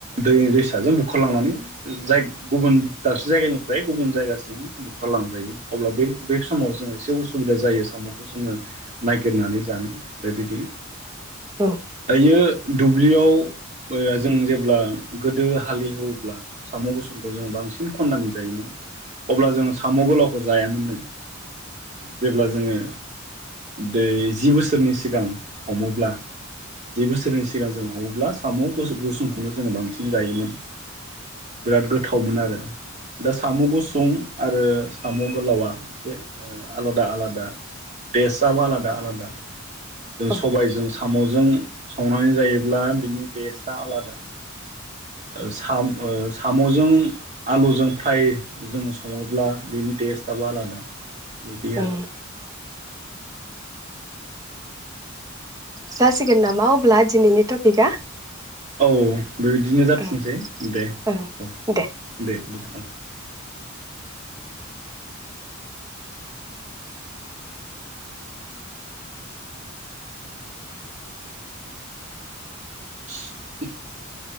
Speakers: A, on the right (about 35°); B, on the right (about 15°).
A: दैमा दैसाजों बुखारलांनानै जाय गुबुन दाबसे जायगानिफ्राय गुबुन जायगासिम बुखारलांजायो। अब्ला बे बे समाव जोङो एसे उस सुबिदा जायो साम'खौ जोङो ननायागिरनानै जानो बेबायदि
B: औ
A: दायो दुब्लियाव ओ जों जेब्ला गोदो हालेहेवोब्ला साम' गुसुंखौ जोङो बांसिन खन्नानै जायोमोन अब्ला जोङो साम' गोलावखौ जायामोननो जेब्ला जोङो दै जि बोसोरनि सिगां हमोब्ला जि बोसोरनि सिगां जों हमोब्ला साम' गु-गुसुंखौनो जोङो बांसिन जायोमोन बिराद गोथावमोन आरो दा साम' गुसुं आरो साम' गोलावा एसे आलादा आलादा टेस्टआबो आलादा आलादा जों
B: औ
A: सबायजों साम'जों संनानै जायोब्ला बिनि टेस्टआ आलादा ओ साम ओ जों आलुजों फाय जों सङोब्ला बेनि टेस्ट आबो आलादा बेदि आरो
B: औ जासिगोन नामा अब्ला दिनैनि टपिकआ
A: औ औ बिदिनो जाथोथोंसै
B: ओं
A: दे
B: ओं
A: औ
B: दे
A: दे होमबालाय औ <unintelligible>